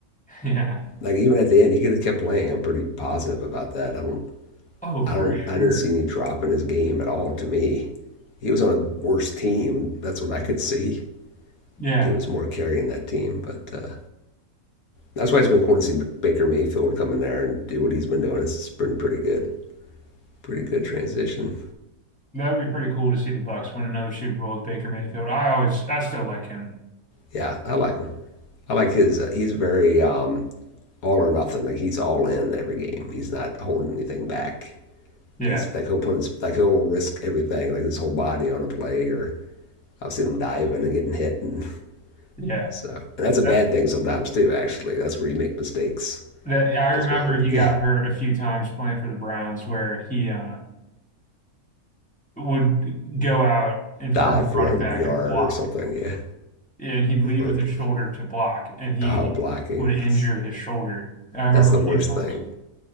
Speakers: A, in the centre; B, on the left.
A: <laughs> Yeah.
B: Like even at the end, he could have kept playing. I'm pretty positive about that. I don't.
A: Oh, for
B: I don't.
A: sure.
B: I didn't see any drop in his game at all. To me, he was on a worse team. That's what I could see.
A: Yeah.
B: He was more carrying that team, but uh, That's why it's been cool to see Baker Mayfield come in there and do what he's been doing. It's been pretty good, pretty good transition.
A: That would be pretty cool to see the Bucks win another Super Bowl with Baker Mayfield. I always I still like him.
B: Yeah, I like him. I like his. Uh, he's very um, all or nothing. Like he's all in every game. He's not holding anything back.
A: Yeah.
B: He's like he'll put his like he'll risk everything, like his whole body on a play. Or I've seen him diving and getting hit, and
A: Yeah.
B: <laughs> so and that's a bad
A: That,
B: thing sometimes too. Actually, that's where you make mistakes
A: that I remember
B: as well.
A: he
B: <laughs>
A: got
B: Yeah,
A: hurt a few times playing for the Browns where he uh would go out in front
B: dive
A: of the
B: for
A: running
B: a
A: back
B: yard
A: and block.
B: or something. Yeah,
A: And he'd lead
B: or
A: with
B: block,
A: his shoulder to block and he
B: oh blocking.
A: would injure
B: That's
A: his shoulder. I remember
B: that's
A: a
B: the worst
A: few times.
B: thing.